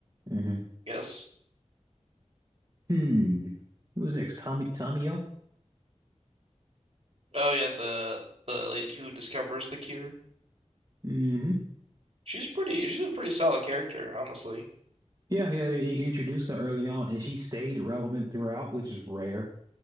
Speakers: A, on the right; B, on the right.
A: Mhm.
B: Yes.
A: hmm Who's next? Tommy Tomio?
B: Oh yeah, the the lady who discovers the cure.
A: hmm
B: She's pretty. She's a pretty solid character, honestly.
A: Yeah, yeah, they they introduced her early on and she stayed relevant throughout, which is rare.